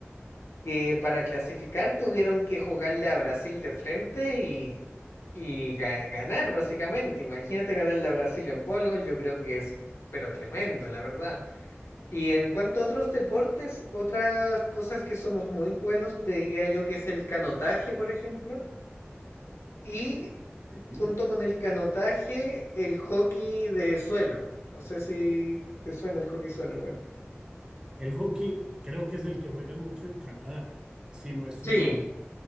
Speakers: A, on the left; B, on the right.
A: que para clasificar tuvieron que jugarle a Brasil de frente y, y ga- ganar, básicamente. Imagínate ganarle a Brasil en voleibol, yo creo que es, pero tremendo, la verdad. Y en cuanto a otros deportes, otras cosas que somos muy buenos, te diría yo que es el canotaje, por ejemplo. Y
B: Sí.
A: junto con el canotaje, el hockey de suelo. No sé si te suena el hockey suelo igual.
B: El hockey creo que es el que juegan mucho en Canadá, si no estoy
A: Sí,
B: mal.